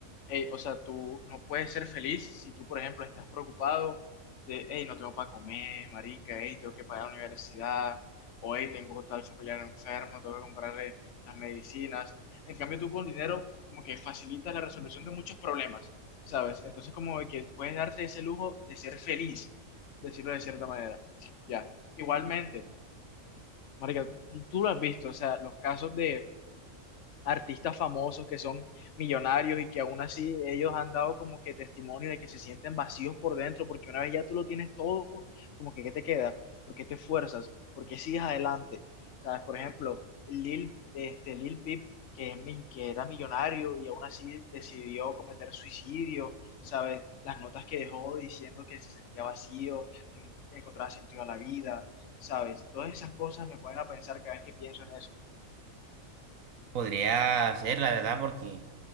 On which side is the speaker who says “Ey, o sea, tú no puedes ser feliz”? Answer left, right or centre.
Left